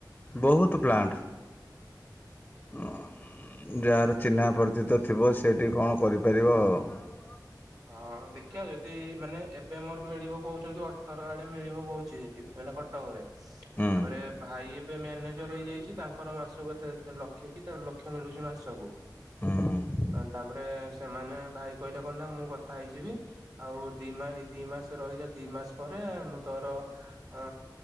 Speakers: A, on the left; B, on the right.
A: ବହୁତ ପ୍ଲାଣ୍ଟ ହୁ ଉ ଗାଁ ରେ ଚିହ୍ନା ପରିଚିତ ଥିବ ସିଏ ଟିକେ କରିପାରିବ ଆଉ
B: ହଁ ଦେଖିବା ଯଦି ମାନେ ଏବେ ମୋର ମିଳିବ କହୁଛନ୍ତି ଅଠର ଆଡେ ମିଳିବ କହୁଛି ସେଠି ମାନେ କଟକରେ
A: ହୁଁ
B: ତାପରେ ଭାଇ ଏ ମ୍ୟାନେଜର ହେଇଯାଇଛି ତାଙ୍କର ମାସକୁ କେତେ ଲକ୍ଷ କି ଦେ ଲକ୍ଷ୍ୟ ମିଳୁଛି ମାସକୁ
A: ହୁଁ
B: ତାପରେ ସେମାନେ ଭାଇ କହିଲେ କଣ ନା ମୁଁ କଥା ହେଇଯିବି ଆଉ ଦି ମାସ ଦି ମାସ ରହିଯା ଦି ମାସ ପରେ ମୁଁ ତୋର ଆ ଆ